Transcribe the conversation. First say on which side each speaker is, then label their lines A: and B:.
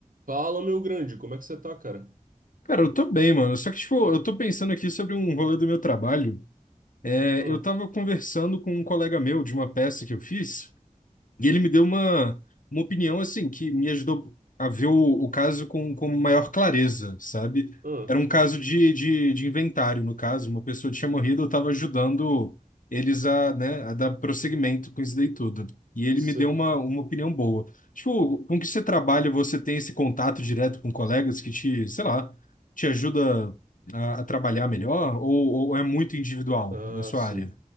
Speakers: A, on the right; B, on the left.
A: Fala, meu grande, como é que você tá, cara?
B: Cara, eu tô bem, mano. Só que, tipo, eu tô pensando aqui sobre um rolê do meu trabalho. É,
A: Ah,
B: eu tava conversando com um colega meu de uma peça que eu fiz. E ele me deu uma, uma opinião assim que me ajudou a ver o, o caso com, com maior clareza, sabe?
A: ah,
B: Era um caso de, de, de inventário, no caso, uma pessoa tinha morrido, eu estava ajudando eles a, né, a dar prosseguimento com isso daí tudo. E ele
A: sei.
B: me deu uma, uma opinião boa. Tipo, com que você trabalha, você tem esse contato direto com colegas que te, sei lá, te ajuda a, a trabalhar melhor, ou, ou é muito individual
A: Ah,
B: na sua
A: sim.
B: área?